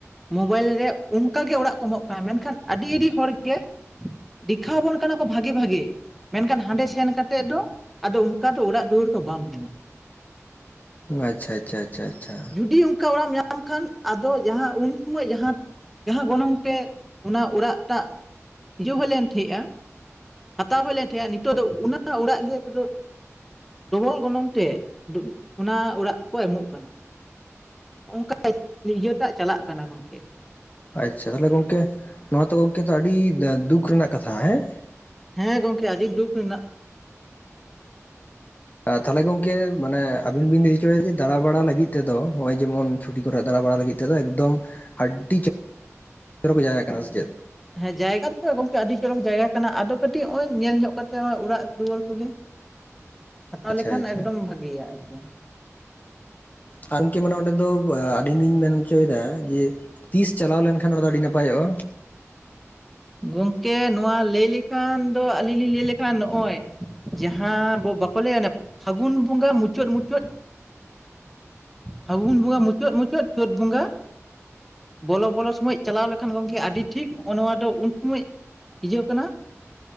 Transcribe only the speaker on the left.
ᱟᱪᱪᱷᱟ ᱟᱪᱪᱷᱟ ᱟᱪᱪᱷᱟ ᱟᱪᱪᱷᱟ
ᱟᱪᱪᱷᱟ ᱛᱟᱦᱚᱞᱮ ᱜᱚᱝᱠᱮ ᱱᱚᱣᱟ ᱛᱚ ᱜᱚᱢᱠᱮ ᱛᱚ ᱟᱹᱰᱤ ᱫᱩᱠ ᱨᱮᱱᱟᱜ ᱠᱟᱛᱷᱟ ᱦᱮᱸ᱾
ᱛᱟᱦᱚᱞᱮ ᱜᱚᱝᱠᱮ ᱢᱟᱱᱮ ᱟᱵᱤᱱ ᱵᱤᱱ ᱞᱟᱹᱭ ᱦᱚᱪᱚᱭᱟ ᱡᱮ ᱫᱟᱬᱟ ᱵᱟᱲᱟ ᱞᱟᱹᱜᱤᱫ ᱛᱮᱫᱚ ᱦᱚᱸ-ᱚᱭ ᱡᱮᱢᱚᱱ ᱪᱷᱩᱴᱤ ᱠᱚᱨᱮᱫ ᱫᱟᱬᱟ ᱵᱟᱲᱟ ᱞᱟᱹᱜᱤᱫ ᱛᱮᱫᱚ ᱮᱠᱫᱚᱢ ᱟᱹᱰᱤ <inaudible> ᱡᱟᱭᱜᱟ ᱠᱟᱱᱟ ᱥᱮ ᱪᱮᱫ?
ᱟᱪᱪᱷᱟ
ᱟᱪᱪᱷᱟ
ᱟ ᱜᱚᱢᱠᱮ ᱢᱟᱱᱮ ᱚᱸᱰᱮ ᱫᱚ ᱟᱹᱞᱤᱧ ᱞᱤᱧ ᱢᱮᱱ ᱦᱚᱪᱚᱭᱮᱫᱟ ᱡᱮ ᱛᱤᱥ ᱪᱟᱞᱟᱣ ᱞᱮᱱᱠᱷ ᱠᱷᱟᱱ ᱱᱚᱸᱰᱮ ᱫᱚ ᱟᱹᱰᱤ ᱱᱟᱯᱟᱭᱚᱜᱼᱟ᱾